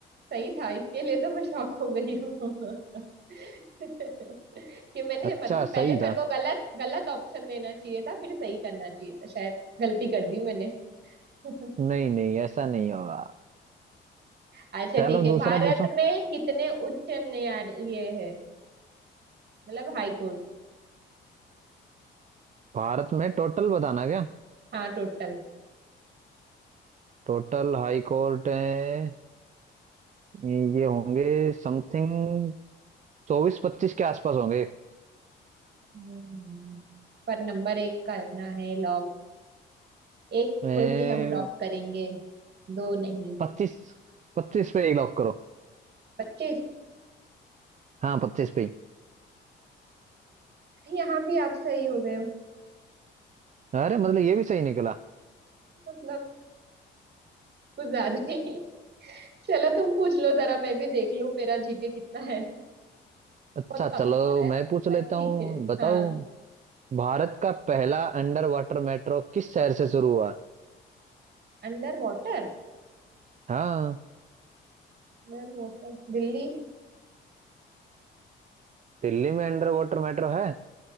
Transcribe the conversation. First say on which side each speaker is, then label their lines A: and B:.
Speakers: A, on the right (about 55°); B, on the right (about 40°).
A: सही था इसके लिए तो मैं शॉक हो गई हूँ <laughs> कि मैंने
B: अच्छा
A: मतलब पहले
B: सही
A: मेरे
B: था
A: को गलत गलत ऑप्शन देना चाहिए था फिर सही करना चाहिए था शायद गलती कर दी मैंने <laughs>
B: नहीं नहीं ऐसा नहीं होगा
A: अच्छा
B: चलो
A: ठीक है
B: दूसरा
A: भारत
B: पूछो
A: में कितने उच्च न्यायालय है मतलब हाई कोर्ट
B: भारत में टोटल बताना क्या
A: हाँ टोटल
B: टोटल हाई कोर्ट है ये होंगे समथिंग चौबीस पच्चीस के आसपास होंगे
A: हम्म पर नंबर एक करना है लॉक एक
B: ए,
A: को ही हम लॉक करेंगे दो नहीं
B: पच्चीस पच्चीस पे ही लॉक करो
A: पच्चीस
B: हाँ पच्चीस पे ही
A: यहाँ भी आप सही हो गए हो
B: अरे
A: हाँ,
B: मतलब ये भी सही निकला
A: मतलब कुछ ज्यादा ही चलो तुम पूछ लो जरा मैं भी देख लूं मेरा जीके कितना है
B: अच्छा
A: बहुत
B: चलो
A: कमजोर है
B: मैं पूछ
A: पर
B: लेता
A: ठीक
B: हूँ
A: है
B: बताओ
A: हाँ
B: भारत का पहला अंडर वाटर मेट्रो किस शहर से शुरू हुआ
A: Under water
B: हाँ
A: Under water Delhi
B: दिल्ली में अंडर वाटर मेट्रो है